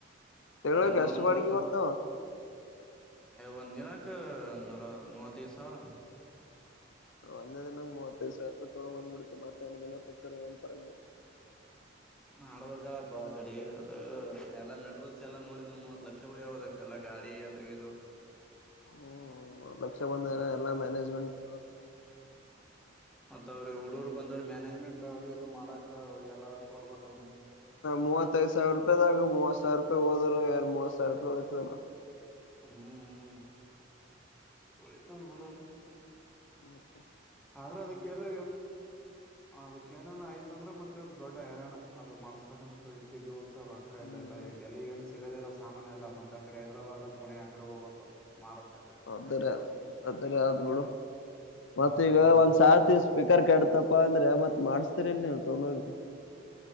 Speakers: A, on the left; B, in the centre.
A: ತಿಂಗಳಿಗೆ
B: ಮೊನ್ನೆ
A: ಎಷ್ಟು
B: ಒಂದು
A: ಬಾಡಿಗೆ ಬರ್ತಾವ
B: ಒಂದಂದಿನಕ್ಕೆ ನಲ ಮೂವತ್ತ ಐದು ಸಾವಿರ
A: ಒಂದ ದಿನಕ್ಕೆ ಮೂವತ್ತ ಥೈದು ಸಾವಿರ ರೂಪಾಯ ತಗಂಬಂದು ಬಿತ ಬ ಎಣ ದಿನ ಕೊತರ ಏನ್ ಪರಕ್ <inaudible>
B: ಮಾಡಾಡ್ಬೇಕಲ್ಲಪ್ಪಾ ಆ ಕಡೆ ಅದ ಎಲ್ಲಾ ಮೆಟರಿಯಲ್ಸ್ ಎಲ್ಲಾ ನೋಡಿದ್ರ ಮೂವತ್ ಲಕ್ಷ ಹೋಯ್ಯ ಹದಕ್ಕೆ ಎಲ್ಲ ಗಾ ಗಡಿಅದು ಇದು
A: ಹ್ಮ್ ಲಕ್ಷ್ಯ ಬಂಧ
B: ಹ್ಞೂ
A: ಎಲ್ಲ ಮ್ಯನೆಜ್ಮೆಂಟ್ ಮಾಡ
B: ಮತ್ತ ಅವ್ರರು ಹುಡೂರು ಬಂದವ್ರರು ಮ್ಯಾನೇಜ್ಮೆಂಟ್ ಅದು ಇದು ಮಾಡಕ್ ಎಲ್ಲ ಅವ್ರ ಕೊಡ್ಬೇಕಕ್
A: ಮೂವತ್ತೈದ ಸಾವಿರ ರೂಪಾಯದಾಗ ಮೂವತ್ ಸಾವಿರ ರೂಪಾಯಿ ಹೂದ್ರು ಯಾರ ಮೂವತ್ ಸಾವಿರ ರೂಪಾಯಿ ಯ್ತಲ್ಲ
B: ಹ್ಮ್ ಹ್ಮ ವಲಿತ ಬಡೋ
A: ಹತ್ತ
B: ಆದ್ರೆ ಅದಕ್ಕೆಲ್ಲ ಅದಕ್ಕೆ ಆಯ್ತ ಅಂದ್ರ ಮತ್ತೆ ಅದು ದೊಡ್ಡಯರಾಣ ಅದು ಮಾಡ್ಸ್ಬೇಕ ಅಂದ್ರೆ ದೊಡ್ ಜಗೋಗ ರೊಕ್ಕ
A: ಹ್ಮ್
B: ಇಲ್ಲಲ್ಲ
A: ಹ್ಮ್
B: ಇಲ್ಲೆಲ್ಲಿ ಏನ್ ಸಿಗೋದಿಲ್ಲ ಸಾಮಾನನ್ ಎಲ್ಲ ಮತ್ತತ್ ಕಡೆ ಹೈದ್ರಾಬಾದ್ ಪುಣೆ ಆಕಡೆ ಹೋಗ್ಬೇಕು ಮಹಾರಾಷ್ಟ್ರ ಕಡೆ
A: ಅದರ ಅದರ ಆದ್ ಬಿಡು
B: ಹ್ಮ್
A: ಮತ್ತ ಈಗ ಒಂದ್ ಸಾತಿ ಸ್ಪಿಕರ್ ಕೆಡ್ತಪ್ಪಾ ಅಂದ್ರೆ ಮತ್ತತ್ ಮಾಡಿಸಸ್ತಿರಿಲ್ ನೀವು ತಗೊಂಡೋಗಿ